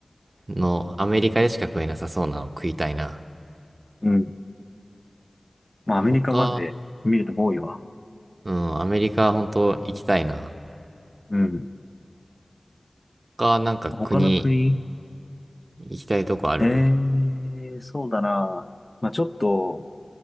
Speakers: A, on the right; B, on the left.
A: のアメリカでしか食えなさそうなの食いたいな。
B: うん。まあ、アメリカマジで見ると多いわ。
A: 他、うん、アメリカ本当行きたいな。
B: うん。
A: 他なんか国
B: 他の国
A: 行きたいとこある
B: ええー、そうだな。まあ、ちょっと、